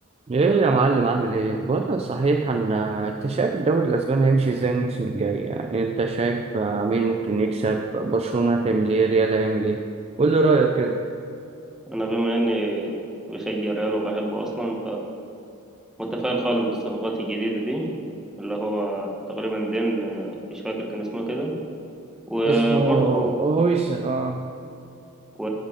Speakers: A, on the right; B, in the centre.
A: ايه يا معلم عامل ايه بقول لك صحيح ان انت شايف الدوري الاسباني هيمشي ازاي الموسم الجاي يعني انت شايف آه، مين ممكن يكسب برشلونة هتعمل ايه ريال هيعمل ايه قول لي رايك كده
B: انا بما اني بشجع ريال وبحبه اصلا فمتفائل خالص بالصفقات الجديده دي اللي هو تقريبا دين آه، مش فاكر كان اسمه كده وبرضه
A: اسمه هويسن اه
B: و...